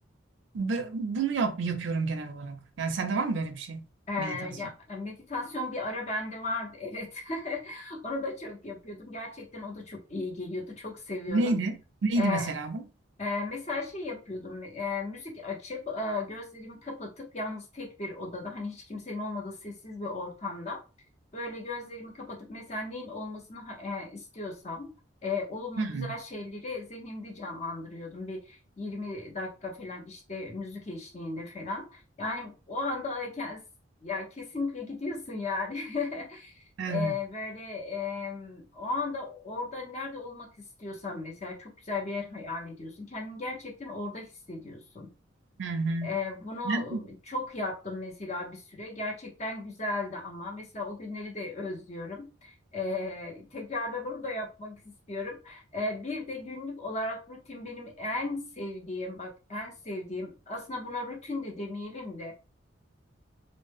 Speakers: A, on the right; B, on the left.
A: Ve bunu yap, yapıyorum genel olarak. Yani sende var mı böyle bir şey?
B: E,
A: Meditasyon.
B: ya meditasyon bir ara bende vardı. Evet. <laughs> Onu da çok yapıyordum. Gerçekten o da çok iyi geliyordu. Çok seviyordum.
A: Neydi? Neydi
B: Ee,
A: mesela bu?
B: Ee, mesela şey yapıyordum, e, müzik açıp e, gözlerimi kapatıp yalnız tek bir odada, hani hiç kimsenin olmadığı sessiz bir ortamda böyle gözlerimi kapatıp mesela neyin olmasını ha- e, istiyorsam e, olumlu
A: Hmm,
B: güzel şeyleri zihnimde canlandırıyordum. Bir 20 dakika falan işte müzik eşliğinde falan. Yani o anda ya, kes- ya kesinlikle gidiyorsun yani. <laughs>
A: Evet.
B: Ee, böyle em, o anda orada nerede olmak istiyorsan mesela çok güzel bir yer hayal ediyorsun. Kendini gerçekten orada hissediyorsun.
A: Hı hı.
B: Ee, bunu
A: Ben-
B: çok yaptım mesela bir süre. Gerçekten güzeldi ama mesela o günleri de özlüyorum. Ee, tekrardan onu da yapmak istiyorum. Ee, bir de günlük olarak rutin benim en sevdiğim bak en sevdiğim aslında buna rutin de demeyelim de